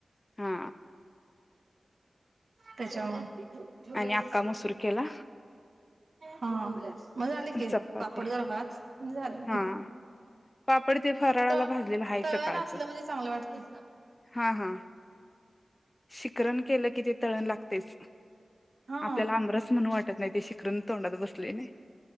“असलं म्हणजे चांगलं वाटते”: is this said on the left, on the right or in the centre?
Right